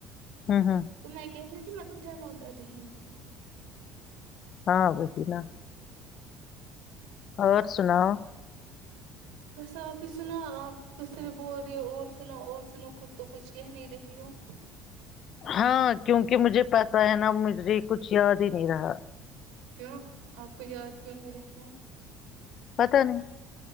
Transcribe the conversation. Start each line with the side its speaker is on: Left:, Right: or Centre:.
Left: ہوں ہاں <inaudible>
Right: تو میں کہہ رہی ہوں مطلب جمع کر رہی میں <inaudible>
Left: ہاں وہی نا اور سناؤ <inaudible>
Right: بس آپ ہی سنا آپ دوسرے بول رہے ہو اور سناو اور سنو خود تو کچھ کہ نہیں رہی ہو <inaudible>
Left: ہاں کیونکہ مجھے پتا ہے نا مجھے کچھ یاد ہی نہیں رہا <inaudible>
Right: <inaudible> آپ کو یاد کیوں نہیں رہتا ہے <inaudible>
Left: پتا نہیں